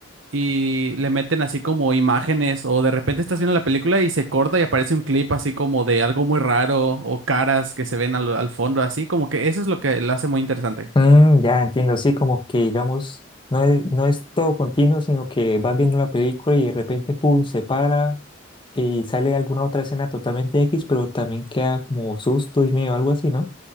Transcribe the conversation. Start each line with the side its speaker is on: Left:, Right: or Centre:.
Right: y le meten así como imágenes o de repente estás viendo la película y se corta y aparece un clip así como de algo muy raro o caras que se ven al, al fondo así, como que eso es lo que lo hace muy interesante.
Left: Mm, ya entiendo, sí, como que digamos, no es, no es todo continuo, sino que vas viendo la película y de repente, pum, se para y sale alguna otra escena totalmente X, pero también queda como susto y miedo, algo así, ¿no?